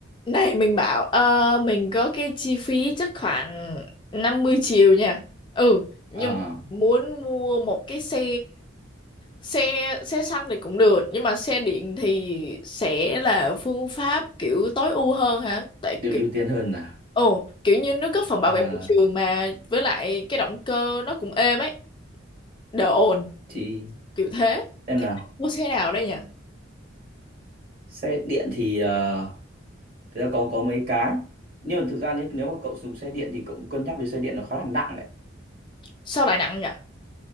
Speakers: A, on the left; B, on the right.
A: Này mình bảo ờ, mình có cái chi phí chắc khoảng 50 triệu nha. Ừ, nhưng
B: À,
A: mà muốn mua một cái xe xe xe xăng thì cũng được, nhưng mà xe điện thì sẽ là phương pháp kiểu tối ưu hơn hả? Tại
B: được
A: kiểu
B: ưu tiên hơn à?
A: ồ, kiểu như nó góp phần bảo
B: À,
A: vệ môi trường mà với lại cái động cơ nó cũng êm ấy, đỡ ồn,
B: thì
A: kiểu thế.
B: xem
A: Thì
B: nào.
A: mua xe nào đây nhỉ?
B: Xe điện thì ờ, thực ra có có mấy cái. Nhưng mà thực ra nếu, nếu mà cậu dùng xe điện thì cậu cũng cân nhắc về xe điện nó khá là nặng đấy.
A: Sao lại nặng nhỉ?